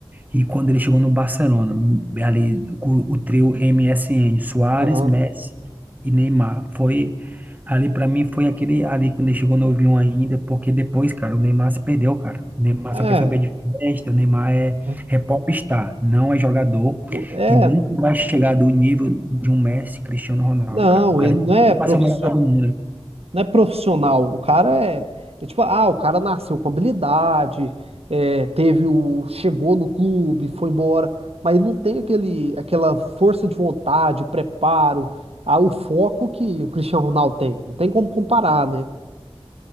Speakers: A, on the right (about 15°); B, on the right (about 80°).
A: E quando ele chegou no Barcelona, ali o, o trio M S N Suárez,
B: Aham.
A: Messi e Neymar, foi ali para mim foi aquele ali quando ele chegou novinho ainda, porque depois, cara, o Neymar se perdeu, cara. O Neymar
B: É,
A: só quer saber de festa, o Neymar é,
B: é,
A: é popstar, não é jogador
B: não, é,
A: e nunca vai chegar do nível de um Messi, Cristiano Ronaldo,
B: não,
A: cara. O cara
B: ele
A: tem
B: não é
A: que
B: profissional,
A: passar o melhor do mundo.
B: não é profissional. O cara é, é tipo, ah, o cara nasceu com habilidade, é, teve o, chegou no clube, foi embora, mas ele não tem aquele, aquela força de vontade, o preparo, ah, o foco que o Cristiano Ronaldo tem. Não tem como comparar, né?